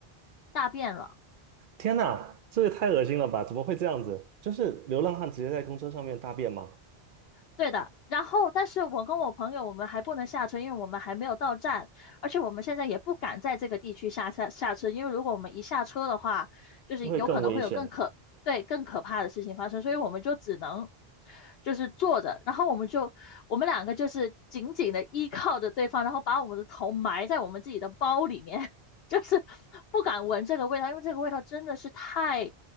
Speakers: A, on the left; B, on the right.
A: 大便了。
B: 天呐，这也太恶心了吧！怎么会这样子？就是流浪汉直接在公车上面大便吗？
A: 对的，然后但是我跟我朋友我们还不能下车，因为我们还没有到站，而且我们现在也不敢在这个地区下下下车，因为如果我们一下车的话，就是有可能会有更可，
B: 就会更危险，
A: 对，更可怕的事情发生，所以我们就只能就是坐着，然后我们就我们两个就是紧紧的依靠着对方，然后把我们的头埋在我们自己的包里面，<laughs> 就是不敢闻这个味道，因为这个味道真的是太